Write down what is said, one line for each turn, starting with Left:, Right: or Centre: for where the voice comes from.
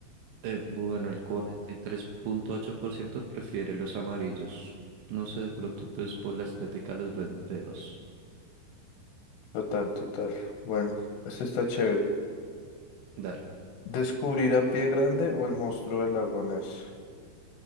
Right: Eh, bueno, el cuarenta y tres punto ocho por ciento prefiere los amarillos. No sé, de pronto pues por la estética los ven feos.
Left: Total, total. Bueno, este está chévere.
Right: Dale,
Left: ¿Descubrir a Pie Grande o el monstruo del lago Ness?